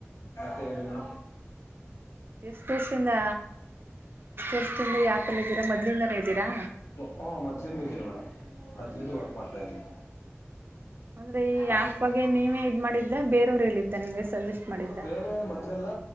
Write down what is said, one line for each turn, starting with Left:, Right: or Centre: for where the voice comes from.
Left: ತೇಲ್ಮಣ
Right: ಎಷ್ಟು ದರ್ಷಿಂದ ವರ್ಷದಿಂದ ಎಷ್ಟು ಯಾಪಲ್ಲಿ ಇದ್ದೀರಾ ಮೊದ್ಲಿಂದಾನೇ ಇದ್ದೀರಾ
Left: ಹ ಮದ್ಲಿಜನ ಮೇಡಮ್
Right: ಹ್ಮ
Left: ಹದ್ನಿಂದ ವರ್ಕ್ ಮಾಡ್ತಾ ಇದ್ದೀನಿ
Right: ಅಂದ್ರೆ ಈ
Left: ಮತ್
Right: ಆಪ್ ಬಗ್ಗೆ ನೀವೇ ಇದ್ ಮಾಡಿದ್ದೆ ಬೇರವ್ರು ಎಲ್ಲ ಇದಿದ್ದ ನಿಮ್ಗೆ ಸಜೆಸ್ಟ್ ಮಾಡಿದ್ದ
Left: ಬೇರೆ ಮದೆ ಎಲ್ಲ